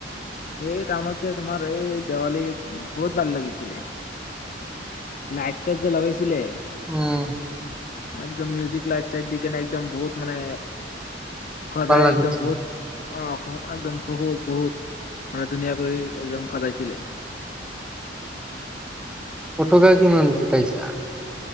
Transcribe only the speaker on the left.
এই টাউনত যে তোমাৰ এই দেৱালী বহুত ভাল লাগিছিলে লাইট চাইট যে লগাইছিলে
একদম মিউজিক লাইট চাইট দিকেনে একদম বহুত মানে খোৱা
যায়
একদম বহুত অ খ একদম বহুত বহুত মানে ধুনীয়া কৰি একদম সজাইছিলে